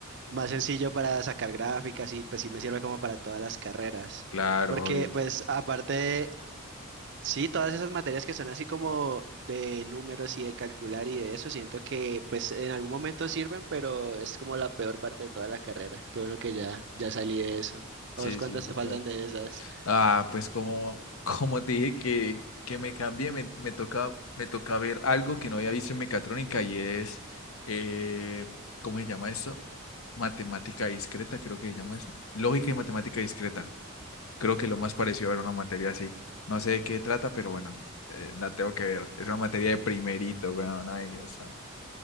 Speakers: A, on the right; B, on the left.
A: más sencillo para sacar gráficas y pues sí me sirve como para todas las carreras.
B: Claro,
A: Porque,
B: obvio.
A: pues, aparte, Sí, todas esas materias que son así como de números y de calcular y de eso, siento que pues en algún momento sirven, pero es como la peor parte de toda la carrera. Qué bueno que ya, ya salí de eso.
B: Sí,
A: ¿A vos cuántas
B: sí, literal.
A: te faltan de esas?
B: Ah, pues como, <laughs> como te dije que, que me cambié, me, me toca, me toca ver algo que no había visto en mecatrónica y es, eh, ¿cómo se llama eso? Matemática discreta, creo que se llama eso. Lógica y matemática discreta. Creo que lo más parecido a ver una materia así. No sé de qué trata, pero bueno, eh, la tengo que ver. Es una materia de primerito, weón. Ay, Dios santo.